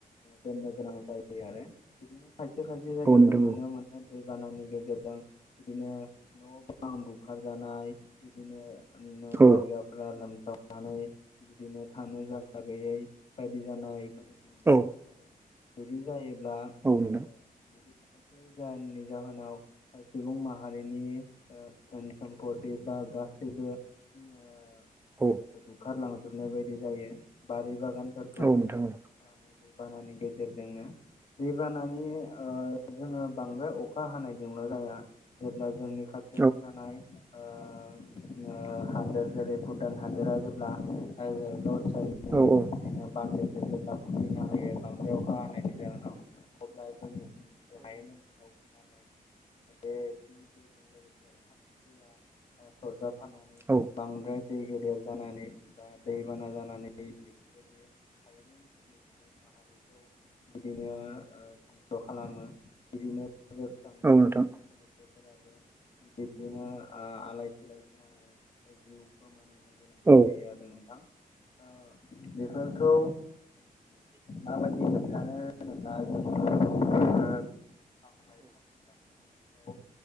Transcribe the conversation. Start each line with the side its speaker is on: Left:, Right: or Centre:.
Left: दोन्नो गोनां जायो दै आरो बिदिनो खायसे खायसे जायगायाव
Right: औ नोंथां
Left: जों नुनो मोनो दैबानानि गेजेरजों बिदिनो न बां बुखार जानाय बिदिनो ओ
Right: औ
Left: जायगाफ्रा लोमसाव नानै बिदिनो थानो जायगा गैयै बायदि जानाय ख
Right: औ
Left: बिदि जायोब्ला ओो
Right: नोंथां
Left: बिदि ससे जाहोननि जाहोनाव ह सुबुं माहारिनि ओ धेन सम्पति बा गासैबो ङो
Right: औ
Left: ओ बुखारलांजोबनाय बायदि जायो बारि बागानफोरखौ
Right: औ नोंथां
Left: सिलिंखार
Right: औ
Left: खालामो दै बानानि गेजेरजोंनो दै बानानि ओ जोङो बांद्राय अखा हानायजोंल जाया जेब्ला जोंनि खाथियाव
Right: औ नोंथां
Left: थानाय ओ ङो हादोर जेरै भुटान हादोरा जेब्ला गावसोरनि
Right: औ औ
Left: नो बानडो जे जेब्ला खुलिना होयो बांद्राय अखा हानायायनि जाहोनाव अब्ला जोंनि <inaudible> हायेन ओनसोलाव फैनानै <inaudible> बेनि दैजों <inaudible> लोगो <inaudible> अखानि दैया ओ सरजा फाननानै
Right: औ
Left: बांद्राय दै गेदेर जानानै बा दैबाना जानानै बेफोरबायदि हायनि ओनसोलनि सुबुं माहारिखौ बिदिनो धंस खालामो बिदिनो <inaudible> बजोरस्रांनो
Right: औ
Left: हमो
Right: नोंथां औ नोंथां औ नोंथां
Left: मोसौ मैसोफोराबो बिदिनो आलाय सिलाय होनानै जिउ खोमानो होनो गोनां
Right: औ
Left: जायो आरो नोंथां ओ बेफोरखौ माबादि होबथानो होनोब्ला जोङो <inaudible> बिफां लाइफां दानफायनायखौ ओ